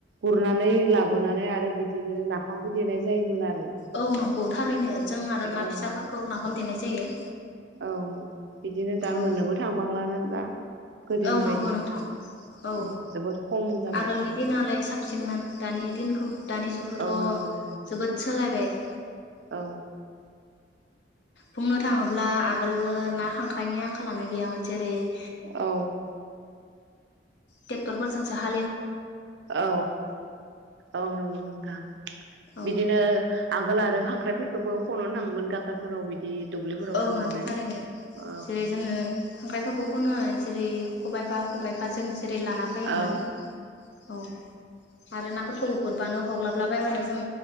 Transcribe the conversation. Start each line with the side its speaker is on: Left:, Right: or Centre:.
Right: गुरनानै लाबोनानै आरो बिद दिनो नाफामबो देनाय जायोमोन आर
Left: औ नंगौ थारैनो जों आरो ना
Right: औ
Left: फिसाफोरखौ नाग हम देनाय जायो
Right: औ । बिदिनो दा
Left: औ
Right: मोननोबो थांबांलाना दा गोदोनि
Left: औ नंगौ
Right: बायदि
Left: नोंथां औ
Right: उम जोबोद खम जाबाय
Left: आगोलनि दिनालाय साबसिनमोन दानि दिनखौ दानि जुगखौथ
Right: औ नंगौ नंगौ
Left: जोबोद सोलायबाय
Right: औ
Left: बुंनो थांङोब्ला आगोल ना खांख्राइनि आंखालानो गैयामोन जेरै <inaudible>
Right: औ
Left: ट्रेक्टर फोरजोंसो हा
Right: औ औ नंगौ नोंथां
Left: औ
Right: बिदिनो आगोल आरो खां खांख्राइफोरफोरखौबो खननो थांङोमोन गााथाफोराव बिदि दुब्लिफोराव
Left: औ
Right: थांनानै
Left: नंगौ थारैनो
Right: औ
Left: जेरै जोंङो खांख्रायफोरखौ खननानै जेरै खबाइफा खबाय एफा जों जेरै लाना फायोमोन
Right: औ
Left: औ आरो नाफोरखौबो गुरबानो हग्लाबला बायबानो जों